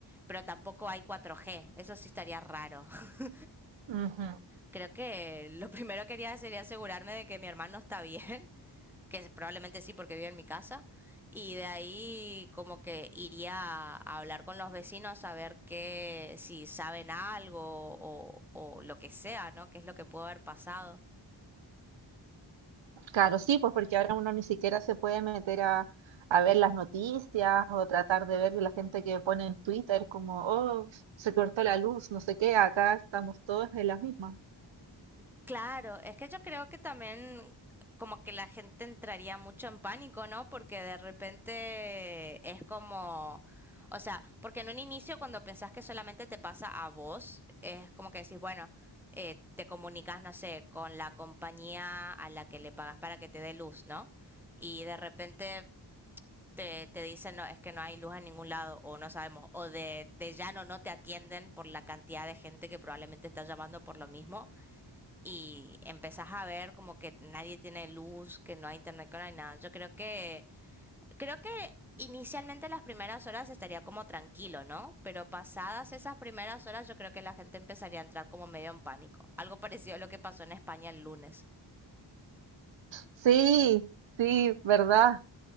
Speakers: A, in the centre; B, on the right (about 80°).
A: pero tampoco hay 4G, eso sí estaría raro. <laughs>
B: ujú.
A: Creo que lo primero que quería sería asegurarme de que mi hermano está bien, <laughs> que probablemente sí porque vive en mi casa, y de ahí como que iría a hablar con los vecinos a ver que si saben algo o, o lo que sea, ¿no? ¿Qué es lo que pudo haber pasado?
B: Claro, sí, pues porque ahora uno ni siquiera se puede meter a, a ver las noticias o tratar de ver la gente que pone en Twitter como, oh, se cortó la luz, no sé qué, acá estamos todos en las mismas.
A: Claro, es que yo creo que también como que la gente entraría mucho en pánico, ¿no? Porque de repente es como, o sea, porque en un inicio cuando pensás que solamente te pasa a vos, es como que decís, bueno, eh, te comunicas, no sé, con la compañía a la que le pagas para que te dé luz, ¿no? Y de repente te, te dicen, no, es que no hay luz en ningún lado, o no sabemos, o de, de llano no no te atienden por la cantidad de gente que probablemente está llamando por lo mismo y empezás a ver como que nadie tiene luz, que no hay internet, que no hay nada. Yo creo que, creo que inicialmente las primeras horas estaría como tranquilo, ¿no? Pero pasadas esas primeras horas yo creo que la gente empezaría a entrar como medio en pánico. Algo parecido a lo que pasó en España el lunes.
B: Sí, sí, verdad.